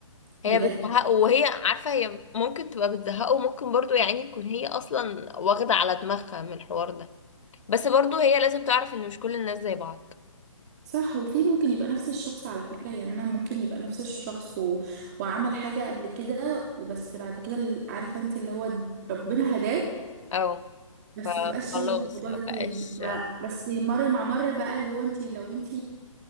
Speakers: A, on the left; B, on the right.
A: هي
B: بجد
A: بتزهقه وهي عارفة هي ممكن تبقى بتزهقه وممكن برضو يعني تكون هي اصلا واخدة على دماغها من الحوار ده بس برضو هي لازم تعرف ان مش كل الناس زي بعض
B: صح وفي ممكن يبقى نفس الشخص على فكرة يعني أنا ممكن يبقى نفس الشخص و... وعمل حاجة قبل كده وبس بعد كده ال- عارفة انت اللي هو ربنا هداه
A: اه
B: بس
A: فخلاص
B: ما بقاش يعني الموضوع
A: ما
B: ده
A: بقاش
B: تاني ف- بس مرة مع مرة بقى اللي هو انت لو انت